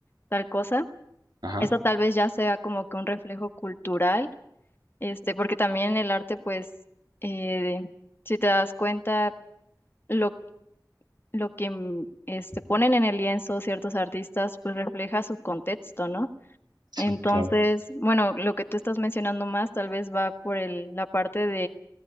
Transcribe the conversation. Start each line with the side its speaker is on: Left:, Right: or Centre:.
Left: tal cosa.
Right: Ajá,
Left: Eso tal vez ya sea como que un reflejo cultural este, porque también el arte, pues, eh, de- si te das cuenta, lo, lo que mm, este, ponen en el lienzo ciertos artistas, pues refleja su contexto, ¿no?
Right: sí,
Left: Entonces,
Right: claro.
Left: bueno, lo que tú estás mencionando más tal vez va por el, la parte